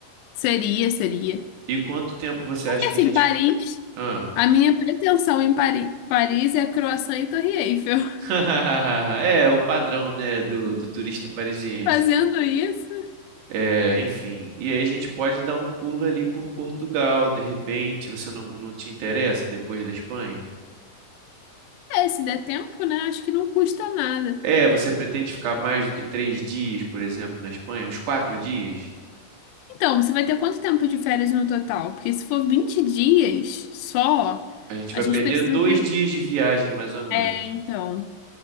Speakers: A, on the left; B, on the right.
A: Seria, seria.
B: E quanto tempo você
A: Porque
B: acha que
A: assim,
B: a gente.
A: Paris,
B: Ah.
A: a minha pretensão em Pari Paris é croissant e Torre Eiffel. <laughs>
B: <laughs> É, o padrão, né, do, do turista parisiense.
A: Fazendo isso.
B: É, enfim, e aí a gente pode dar um pulo ali por Portugal, de repente, você não, não te interessa depois da Espanha?
A: É, se der tempo, né? Acho que não custa nada.
B: É, você pretende ficar mais do que três dias, por exemplo, na Espanha? Uns quatro dias?
A: Então, você vai ter quanto tempo de férias no total? Porque se for 20 dias só,
B: A gente
A: a
B: vai
A: gente
B: perder
A: precisa
B: dois
A: de.
B: dias de viagem, mais ou menos.
A: É, então,